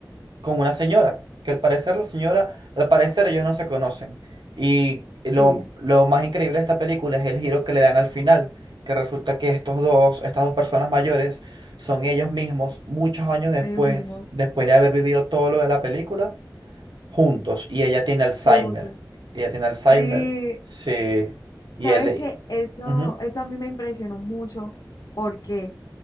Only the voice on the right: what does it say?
con una señora, que al parecer la señora, al parecer ellos no se conocen. Y lo,
lo más increíble de esta película es el giro que le dan al final, que resulta que estos dos, estas dos personas mayores son ellos mismos muchos años después,
después de haber vivido todo lo de la película, juntos. Y ella tiene Alzheimer.
Ella tiene Alzheimer,
sí. Y
él,
Ujú,